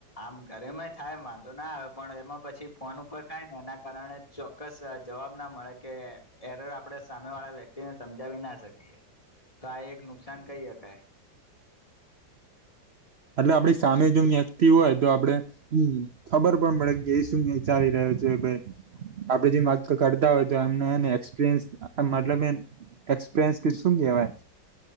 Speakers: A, on the left; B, on the right.
A: આમ ઘરેમાંય થાય વાંધો ના આવે પણ એમાં પછી ફોન ઉપર થાય ને એ કારણે ચોક્કસ જવાબ ના મળે કે એરર આપે સામે વાળા વ્યક્તિને જાવ ના શકીએ તો આ એક નુકસાન કહી શકાય
B: એટલે આપડી સામે જો વ્યક્તી હોય તો આપડે હમ ખબર પણ પડે કે એ શું વિચારી રહ્યો છે. ભાઈ આપડે જે વાત કરતા હોય તો એમને એક્સપિરયન્સ મતલબ એક્સપિરયન્સ કે શું કેહેવાય